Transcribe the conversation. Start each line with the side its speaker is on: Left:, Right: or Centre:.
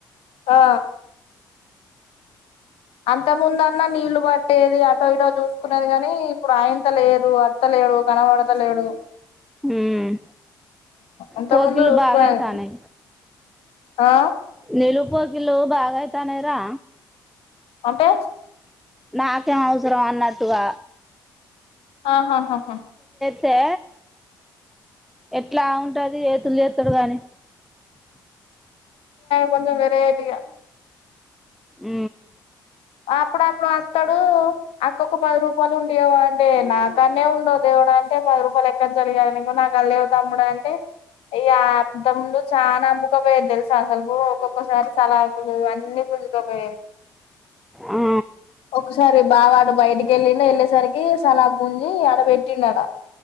Left: ఆ అంత ముందు అన్న నీళ్లు పట్టేది అటో ఇటో చూసుకునేది గానీ ఇప్పుడు ఆయంత లేదు అత్తలేడు కనబడతలేడు
Centre: మ్
Left: ఇంత
Centre: కోకిలు
Left: ముందు చూసుకునేది
Centre: బాగా అయి తానే
Left: ఆ
Centre: నీలు కోకిల్లు బాగా అయితానయరా
Left: అంటే
Centre: నాకేం అవసరం అన్నట్టుగా
Left: ఆహాహాహా
Centre: తే ఎట్ల ఉంటది ఎతులు చేస్తాడు కాగానీ
Left: కొంచెం వెరైటీగా
Centre: ఉ
Left: అప్పుడు అప్పుడు అత్తడు అక్కొక్క పది రూపాయలు ఉంటియ్యావ అంటే నాకానే ఉండదు దేవడ అంటే పది రూపాయల అక్క జరిగాయనుకో నాకు అళ్ళ అవు తమ్ముడు అంటే ఈ అ తముందు చాలనా అమ్ముకపోయేది తెలుసు అసలు ఒక్కొక్కసారి సలాకులు అన్ని గుంజుకోపోయేది
Centre: ఆ
Left: ఒక్కసా సర బాబడు బయటికి వెళ్ళండు వెళ్ళేసరికి సలా గుంజి ఆడ పెట్టిండు అడ